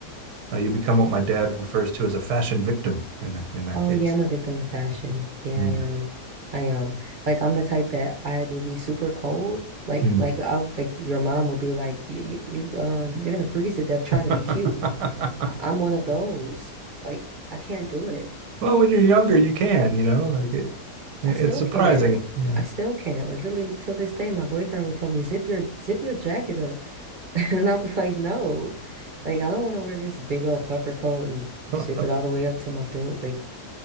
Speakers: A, on the right (about 90°); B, on the right (about 50°).
A: Now you become what my dad refers to as a fashion victim in that, in that
B: Oh
A: case.
B: yeah, I'm a victim to fashion. Yeah,
A: Mm.
B: I am. I am. Like I'm the type that I will be super cold. Like
A: Mm.
B: like I like your mom will be like you you you, um you're gonna freeze to death trying
A: <laughs>
B: to be cute. I- I'm one of those. Like I can't do it.
A: well, when you're younger, you can, you know, like it, it's
B: I still
A: surprising.
B: can't.
A: Yeah.
B: I still can't. Like literally till this day, my boyfriend would tell me zip your zip your jacket up. <laughs> And I was like, no, like I don't want to wear this big old puffer coat and
A: <laughs>
B: zip it all the way up to my throat. Like,